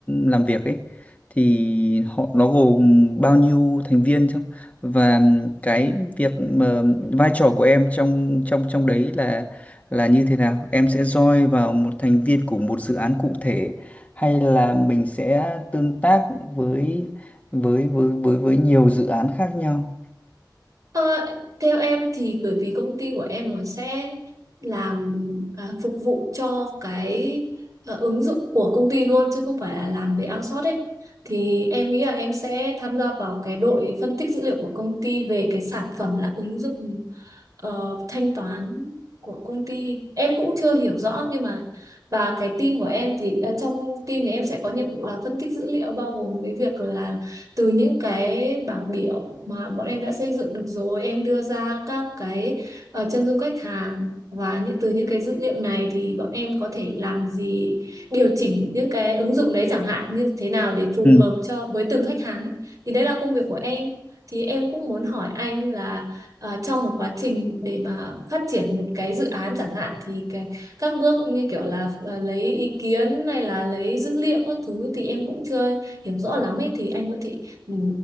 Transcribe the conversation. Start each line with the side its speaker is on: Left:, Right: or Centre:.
Left: làm việc ấy thì họ nó gồm bao nhiêu thành viên không? Và cái việc mà vai trò của em trong trong trong đấy là là như thế nào? Em sẽ join vào một thành viên của một dự án cụ thể hay là mình sẽ tương tác với với với với với nhiều dự án khác nhau?
Right: Ờ, theo em thì bởi vì công ty của em nó sẽ làm à, phục vụ cho cái à, ứng dụng của công ty luôn chứ không phải là làm về outsource ấy. Thì em nghĩ là em sẽ tham gia vào cái đội phân tích dữ liệu của công ty về cái sản phẩm là ứng dụng ờ, thanh toán của công ty em cũng chưa hiểu rõ nhưng mà và cái team của em thì ờ, trong team thì em sẽ có nhiệm vụ là phân tích dữ liệu bao gồm cái việc là từ những cái bảng biểu mà bọn em đã xây dựng được rồi em đưa ra các cái ờ, chân dung khách hàng và những từ những cái dữ liệu này thì bọn em có thể làm gì điều chỉnh những cái ứng dụng đấy chẳng hạn như thế nào để phù
Left: Ừ.
Right: hợp cho với từng khách hàng ấy thì đấy là công việc của em thì em cũng muốn hỏi anh là ờ, trong một quá trình để mà phát triển một cái dự án chẳng hạn thì cái, các bước như kiểu là ờ, lấy ý kiến hay là lấy dữ liệu các thứ thì em cũng chưa hiểu rõ lắm ấy thì anh có thể ừ,